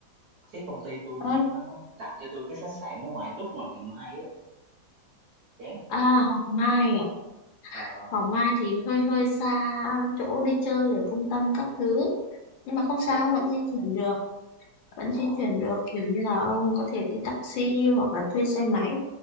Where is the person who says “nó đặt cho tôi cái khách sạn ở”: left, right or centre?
Right